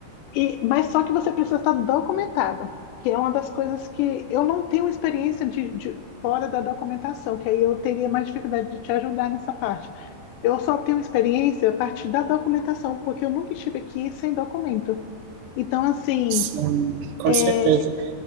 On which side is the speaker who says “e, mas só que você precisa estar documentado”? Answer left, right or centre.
Left